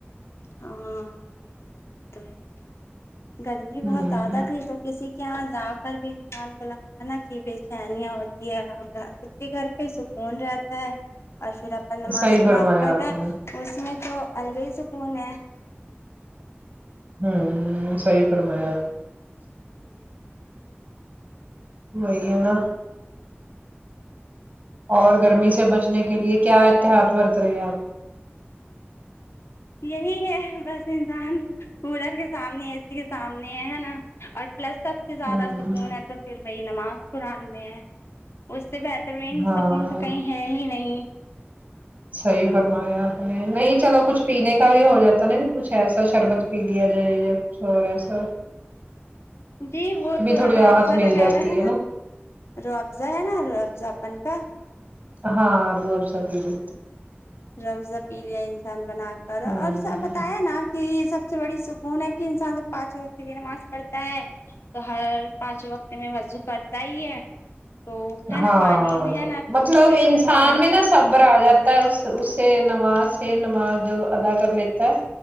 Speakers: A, on the left; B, on the right.
A: ہاں ہاں تو ہے گرمی
B: ہوں
A: بہت زیادہ تھی تو کسی کے یہاں جا کر بھی انسان کو لگتا ہے نا کہ بےچینیاں ہوتی ہے اور گھر خود کے گھر پہ سکون رہتا ہے اور پھر اب نماز
B: صحیح
A: قرآن
B: فرمایا
A: کر
B: آپ
A: رہے
B: نے
A: اس میں تو الگی سکون ہے
B: ہوں صحیح فرمایا آپ
A: جی
B: وہی ہے نا اور گرمی سے بچنے کے لیے کیا اتحاد برت رہے آپ
A: یہی ہے بس انسان کولر کے سامنے اے سی کے سامنے ہے نا اور پلس سب ا س سے زیادہ
B: ہوں
A: سکون ہے تو پھر وہی نماز قرآن میں ہے اس سے بہتر نیند
B: ہاں
A: سکون تو کہیں ہے ہی نہیں
B: صحیح فرمایا آپ نے نہیں چلو کچھ پینے کا بھی ہو جاتا نا کہ کچھ ایسا شربت پی لیا جائے جیا سو رہے سو
A: جی وہ تو
B: تھوڑی
A: روفزہ
B: راحت مل
A: وغیرہ
B: جاتی
A: ہے نا رافضہ ہے نا رافضہ اپن کا
B: ہاں رو رافضہ <unintelligible>
A: رافضہ پی لیا انسان بنا کر
B: ہوں
A: اور سب تا ہے نا کہ سب سے بڑی سکون ہے کہ انسان جب پانچوں وقت کی نماز پڑتا ہے تو ہر پانچ وقت میں وضو کرتا ہی ہے تو ہے
B: ہاں
A: نا پانی میں ہے نا تو
B: مطلب
A: اس سے
B: انسان
A: سکون ہے
B: میں نا صبر آ جاتا ہے اس اس سے نماز سے نماز جلد ادا کر لیتا ہے